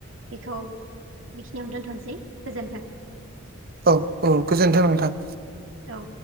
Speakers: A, on the right; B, on the right.
A: बेखौ बेखिनियावनो दोनथ'नोसै गोजोन्थों
B: औ औ गोजोन्थों नोंथां
A: औ